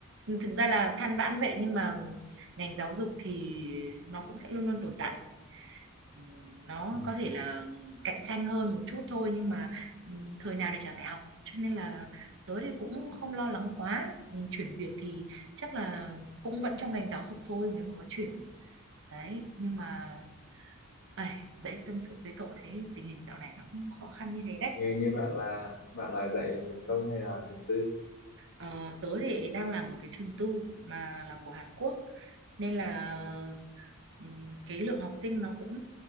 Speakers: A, on the right; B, on the left.
A: thực ra là than vãn vậy nhưng mà ngành giáo dục thì nó cũng sẽ luôn luôn tồn tại ừ, nó
B: Ừ.
A: có thể là cạnh tranh hơn một chút thôi nhưng mà ừ, thời nào thì chả phải học cho nên là tớ thì cũng không lo lắng quá Ừ, chuyển việc thì chắc là cũng vẫn trong ngành giáo dục thôi nếu mà có chuyển đấy nhưng mà ấy, đấy tâm sự với cậu thế tình hình dạo này nó cũng khó khăn như thế đấy
B: như như bạn là bạn là dạy trường công hay là trường tư
A: Ờ, tớ thì đang làm một cái trường tư mà là của Hàn Quốc nên là ừm, cái lượng học sinh nó cũng